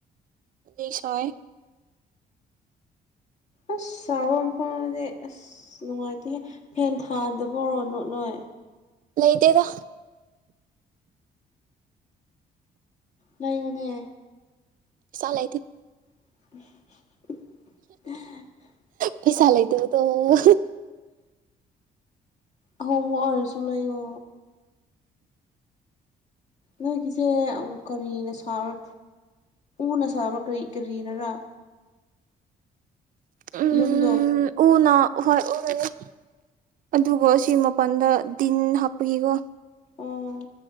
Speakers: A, on the right; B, on the left.
A: ꯂꯩꯁꯣꯏ
B: ꯑꯁ ꯆꯥꯕ ꯃꯐꯝꯗꯗꯤ ꯑꯁ ꯅꯨꯡꯉꯥꯏꯇꯦꯍꯦ ꯐꯦꯟ ꯊꯥꯗꯕ ꯑꯣꯏꯔꯣꯅꯣ ꯅꯣꯏ
A: ꯂꯩꯗꯦꯗ
B: ꯂꯩꯕꯅꯦ
A: ꯄꯩꯁꯥ ꯂꯩꯇꯦ
B: <inaudible> ꯑꯍ
A: ꯄꯩꯁꯥ ꯂꯩ ꯇꯕꯗꯣ
B: ꯑꯍꯣꯡꯕ ꯑꯣꯏꯔꯁꯨ ꯂꯩ ꯌꯣ ꯅꯣꯏꯒꯤꯁꯦ ꯎꯝ ꯀꯔꯤꯅ ꯁꯥꯕ꯭ꯔꯥ ꯎꯅ ꯁꯥꯕ꯭ꯔꯥ ꯀꯔꯤ ꯀꯔꯤꯅꯔꯥ
A: ꯎꯝ
B: ꯌꯨꯝꯗꯣ
A: ꯎꯅ ꯍꯣꯏ ꯑꯣꯢꯔꯔꯣꯢ ꯑꯗꯨꯒ ꯁꯤ ꯃꯄꯥꯟꯗ ꯗꯤꯟ ꯍꯥꯞꯄꯒꯤꯀꯣ
B: ꯑꯣ